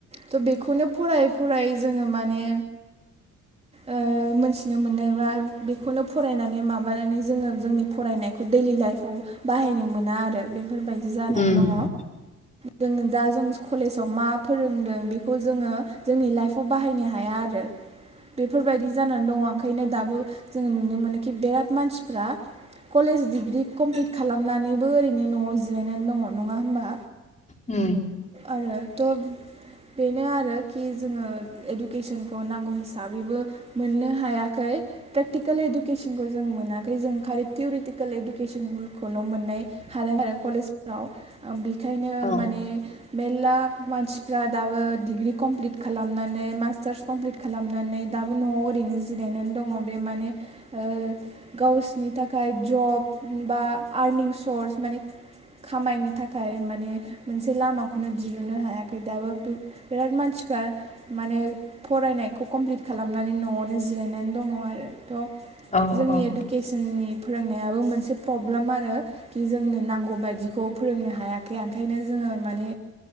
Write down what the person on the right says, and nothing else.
थ' बेखौनो फरायै फरायै जोङो माने ओ मोनथिनो मोनो बा बेखौनो फरायनानै माबानानै जोङो जोंनि फरायनायखौ दैलि लाइफआव बाहायनो मोना आरो। बेफोरबायदि जानानै
दङ। जों दा जों कलेजाव मा फोरोंदों बेखौ जोंङो जोंनि लाइफआव बाहायनो हाया आरो बेफोरबायदि जानानै दंङ ओंखायनो दाबो जोंङो नुनो मोनोखि बिराद मानसिफ्रा कलेज डिग्रि कमप्लिट खालामनानैबो ओरैनो नआव जिरायनानै दङ नङा होमबा
आरोथ बेनो आरोखि जोंङो इडुकेसनखौ नांगौ हिसाबैबो मोननो हायाखै <unintelligible> प्रेकटिकोल इडुकेसनखौ जों मोनाखै जों खालि थिउरिटिकोल इडुकेसनखौल' मोननाय हादों आरो कलेजफोराव। ओ बेखायनो
माने मेल्ला मानसिफ्रा दाबो डिग्रि कमप्लिट खालामनानै मास्टार्स कमप्लिट खालामना नै दाबो न'आव ओरैनो जिरायनानै दङ' बे मान ओ गावसनि थाखाय ज' ब बा आरनिं सर्स माने खामायनो थाखाय माने मोन से लामाखौनो दिरुनो हायाखै दाबो बि-बिराद मानसिफ्रा माने फरायनायखौ कमप्लिट खालामनानै न'आवनो जिरायनानै दङ' आरो। थ'
जोंनि
इडुकेसननि फोरोंनायाबो मोनसे पब्लोम आरो खि जोंनो नांगौ बायदिखौ फोरोंनो हायाखै ओंखायनो जोङो माने